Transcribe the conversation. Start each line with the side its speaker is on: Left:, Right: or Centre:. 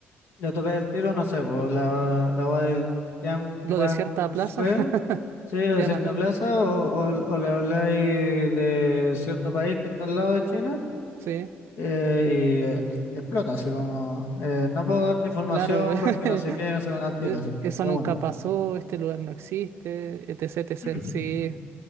Left: lo tocáis el tiro, no sé, por la, la va del Tianwan
Right: Lo de cierta plaza,
Left: Square,
Right: <laughs>
Left: sí, de
Right: Tiananmen,
Left: cierta plaza, o, o, o le habláis de cierto país que está al lado de China,
Right: sí,
Left: eh, y eh, al- explota, así como, eh, no puedo darte información
Right: claro. <laughs>
Left: porque no sé qué, no sé, cuánto", al tiro,
Right: eh,
Left: así,
Right: eso
Left: de
Right: nunca
Left: una.
Right: pasó, este lugar no existe, etc, etc.
Left: <clears throat>
Right: Sí.